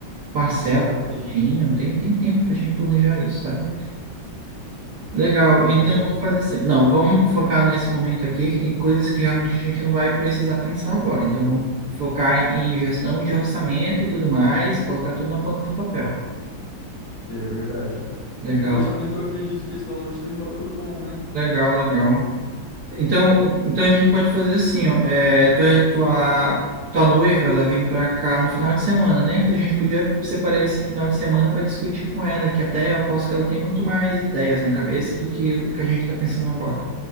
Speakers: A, on the right; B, on the left.
A: Parcela,
B: É realmente.
A: direitinho, tem, tem tempo pra gente planejar isso, sabe? Legal, então
B: Verdade.
A: vamos fazer assim. Não, vamos focar nesse momento aqui, que tem coisas que realmente a gente não vai precisar pensar agora. Então vamos focar em gestão de orçamento e tudo mais, colocar tudo na ponta do papel.
B: É verdade, cara.
A: Legal,
B: O orçamento, eu acredito que esse valor seja um valor bom, né?
A: legal, legal. Então, então a gente pode fazer assim, ó, é, tua, tua, tua noiva, ela vem pra cá no final de semana, né? Então a gente podia separar
B: Isso.
A: esse final de semana para discutir com ela, que até eu aposto que ela tem muito mais ideias na cabeça do que o que a gente está pensando agora.